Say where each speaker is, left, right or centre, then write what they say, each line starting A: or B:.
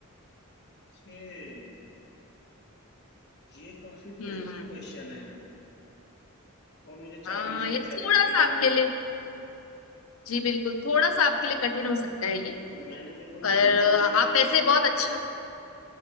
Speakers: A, on the left; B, on the left.
A: छे ये काफी ट्रिकी
B: हम्म
A: क्वेश्चन है और मुझे चार
B: आ,
A: में से
B: ये
A: एक
B: थोड़ा
A: सेलेक्ट ही
B: सा
A: करना
B: आपके
A: है
B: लिए जी बिल्कुल थोड़ा सा आपके लिए कठिन हो सकता है ये
A: मैंने देखो
B: पर
A: जो नाम
B: अ,
A: सुने
B: आप वैसे
A: हैं मैं
B: बहुत अच्छा